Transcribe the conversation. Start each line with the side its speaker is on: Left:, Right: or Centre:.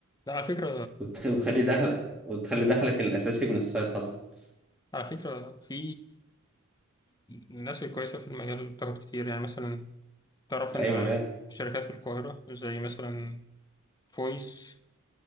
Left: ده على فكرة
Centre: وتخلي دخل وتخلي دخلك الاساسي من السايد هاسلز
Left: على فكرة في الناس الكويسة في المجال بتاخد كتير يعني مثلا تعرف إن
Centre: ايوه
Left: شركات في القاهرة زي مثلا فويس